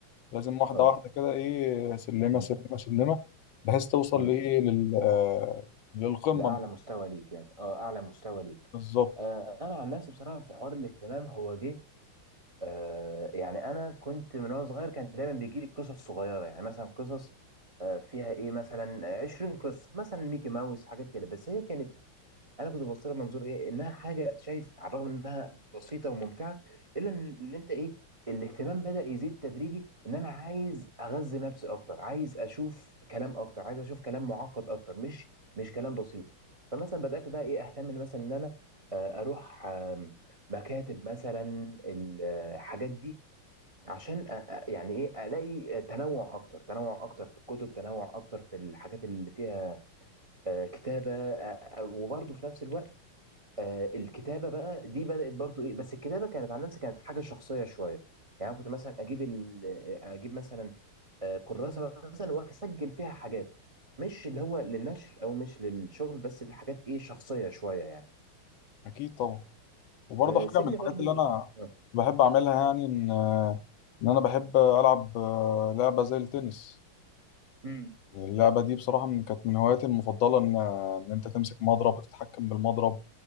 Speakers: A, on the left (about 75°); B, on the right (about 40°).
A: لازم واحدة
B: اه
A: واحدة كده ايه سلمة
B: مم.
A: سلمة سلمة بحيث توصل
B: مم.
A: لايه لل آه، للقمة
B: لاعلى مستوى ليك يعني اه اعلى مستوى ليك
A: بالظبط
B: آه انا عن نفسي بصراحه في حوار الاهتمام هو جه آه يعني انا كنت من وانا صغير كان دايما بيجي لي قصص صغيره يعني مثلا قصص آه فيها ايه مثلا 20 قصه مثلا ميكي ماوس حاجات كده بس هي كانت انا كنت ببص لها منظور ايه انها حاجه شايف على الرغم انها بسيطه وممتعه الا ان إن انت ايه الاهتمام بدأ يزيد تدريجي ان انا عايز اغذي نفسي اكتر عايز اشوف كلام اكتر عايز اشوف كلام معقد اكتر مش مش كلام بسيط فمثلا بدأت بقى ايه اهتم ان مثلا ان انا آه، اروح آم، مكاتب مثلا الحاجات دي عشان أ- أ- يعني ايه الاقي تنوع اكتر تنوع اكتر في الكتب تنوع اكتر في الحاجات اللي فيها آه، كتابة آه، آه، وبرضه في نفس الوقت آه، الكتابه بقى دي بدات برضو ايه بس الكتابه كانت على نفسي كانت حاجه شخصيه شويه يعني انا كنت مثلا اجيب ال... آه، اجيب مثلا آه، كراسه مثلا واسجل فيها حاجات مش اللي هو للنشر او مش للشغل بس الحاجات ايه شخصيه شويه يعني
A: أكيد طبعا وبرضه
B: آه،
A: حاجة
B: سيبني
A: من الحاجات
B: برضو
A: اللي أنا
B: آه، آه.
A: بحب أعملها يعني إن آه، إن أنا بحب ألعب آه، لعبة زي التنس
B: امم
A: اللعبة دي بصراحة من كانت من هواياتي المفضلة إن إن أنت تمسك مضرب وتتحكم بالمضرب